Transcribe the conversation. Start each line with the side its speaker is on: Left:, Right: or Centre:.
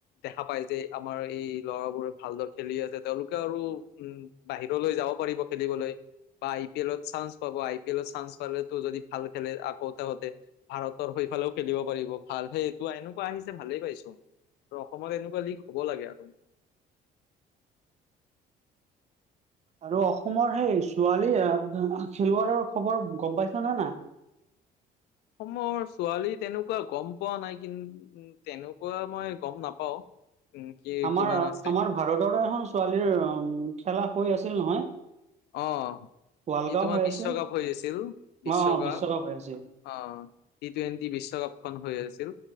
Left: দেখা পাই যে, আমাৰ এই ল'ৰাবোৰে ভালদৰে খেলি আছে, তেওঁলোকে আৰু উম, বাহিৰলৈ যাব পাৰিব খেলিবলৈ। বা আই পি এলৰ চান্স পাব, আই পি এলৰ চান্স পালে তো যদি ভাল খেলে আকৌ তহঁতে ভাৰতৰ সেইফালেও খেলিব পাৰিব, ভাল সেই এইটো এনেকুৱা আহিছে, ভালেই পাইছো। আৰু অসমত এনেকুৱা লীগ, হ'ব লাগে আৰু।
Right: আৰু অসমৰ সেই ছোৱালী এ, খেলুৱোৱাৰৰ খবৰ গম পাইছ নে নাই।
Left: অসম ছোৱালী তেনেকুৱা গম পোৱা নাই কিন্তু, তেনেকুৱা মই গম নাপাওঁ। উম কি
Right: আমাৰ,
Left: কিমান আছে
Right: আমাৰ ভাৰতৰ এখন ছোৱালীৰ উম, খেলা হৈ আছিল নহয়।
Left: অ',
Right: ৱৰ্ল্ড
Left: এই
Right: কাপ
Left: তোমাৰ
Right: হৈ
Left: বিশ্বকাপ
Right: আছিল
Left: হৈ আছিল, বিশ্বকাপ।
Right: অ হৈ আছিল
Left: অ', টি টুৱেণ্টি বিশ্বকাপখন হৈ আছিল,